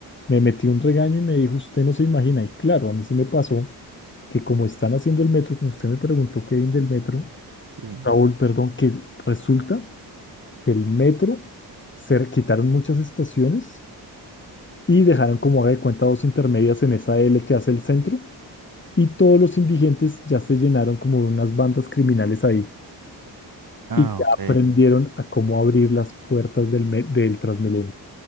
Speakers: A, on the left; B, on the right.
A: Me metí un regaño y me dijo, usted no se imagina. Y claro, a mí sí me pasó que como están haciendo el metro, como usted me preguntó, Kevin, del metro,
B: Sí.
A: Raúl, perdón, que resulta que el metro se quitaron muchas estaciones y dejaron como haga de cuenta dos intermedias en esa L que hace el centro y todos los indigentes ya se llenaron como de unas bandas criminales ahí
B: Ah,
A: y ya
B: ok.
A: aprendieron a cómo abrir las puertas del, me- del Transmilenio.